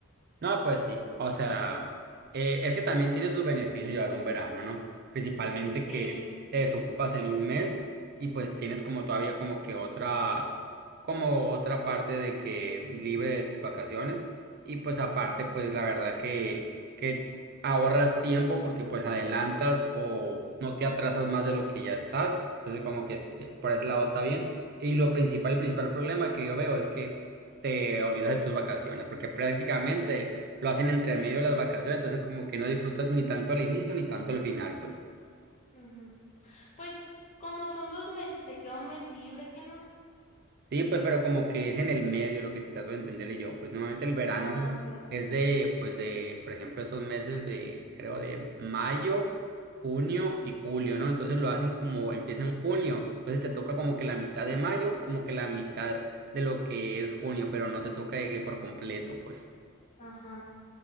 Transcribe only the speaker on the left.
Sí.
ujú. Pues como son dos meses, te queda un mes libre, que no?
Ah, ok.
Ajá,